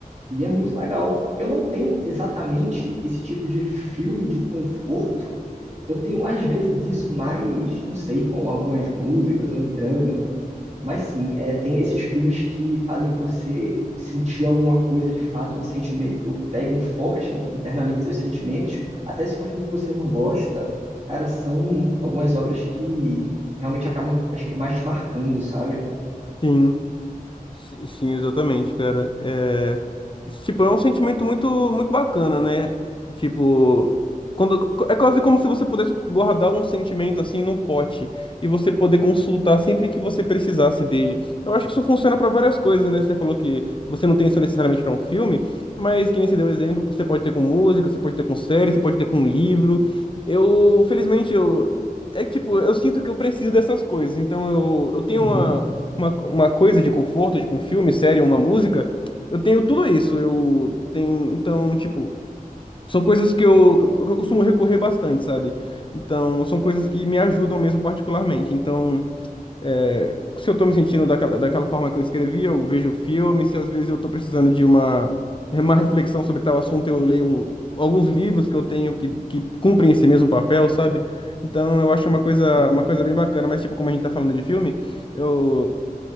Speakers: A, on the right; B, on the left.
A: E é muito legal. Eu não tenho exatamente esse tipo de filme de conforto. Eu tenho, às vezes, isso mais, não sei, com algumas músicas ou entrando mas sim, é, tem esses filmes que fazem você sentir alguma coisa de fato, um sentimento, pega um forte internamente seus sentimentos, até se for filme que você não gosta, cara, são algumas obras que realmente acabam, acho que mais te marcando, sabe?
B: sim. Si- Sim, exatamente, cara. É, tipo, é um sentimento muito, muito bacana, né? Tipo, quando é quase como se você pudesse guardar um sentimento assim num pote e você poder consultar sempre que você precisasse dele. Eu acho que isso funciona para várias coisas, né? Você falou que você não tem isso necessariamente para um filme, mas que nem você deu exemplo, você pode ter com música, você pode ter com série, você pode ter com livro. Eu, felizmente, eu É que, tipo, eu sinto que eu preciso dessas coisas, então eu, eu tenho
A: Uhum.
B: uma uma, uma coisa de conforto, tipo um filme, série, uma música, eu tenho tudo isso. Eu tenho, então, tipo, são coisas que eu, eu, que eu costumo recorrer bastante, sabe? Então, são coisas que me ajudam mesmo particularmente. Então, é, se eu tô me sentindo daquela, daquela forma que eu escrevi, eu vejo filme, se às vezes eu tô precisando de uma uma reflexão sobre tal assunto, eu leio um- alguns livros que eu tenho que, que cumprem esse mesmo papel, sabe? Então eu acho uma coisa,
A: É,
B: uma coisa bem bacana, mas tipo, como a gente tá falando de filme, eu,